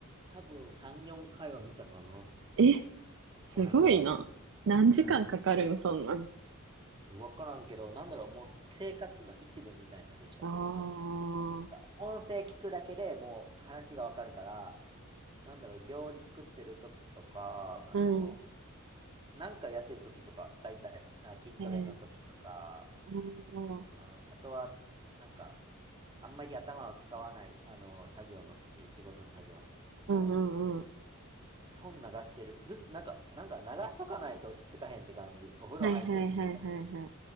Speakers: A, on the right; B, on the right.
A: 多分3、4回は見たかな。
B: え、
A: 500話。
B: すごいな。何時間かかるん、
A: うん。
B: そんなん。
A: わからんけど、なんだろう、もう生活の一部みたいな、どっちかというと。
B: ああ
A: なんか音声聞くだけでもう話がわかるから、なんだろう、料理作ってる時とか、あの、
B: うん。ー、
A: なんかやってる時とか、大体、あ、筋トレの時とか、
B: えー、あー
A: あー、あとは、なんか、あんまり頭を使わない、あの、作業の時、仕事の作業の時とか、
B: うんうんうん。
A: 基本流してる。ずっと、なんか、なんか流しとかないと落ち着かへんって感じ。お風呂入る時も流してるし。
B: はいはいはいはいはい。